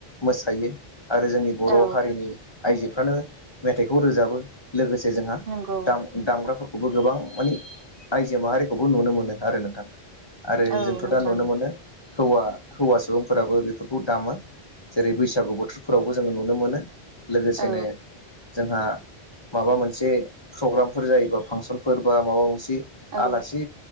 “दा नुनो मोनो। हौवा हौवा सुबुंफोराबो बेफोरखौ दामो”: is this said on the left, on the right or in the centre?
Left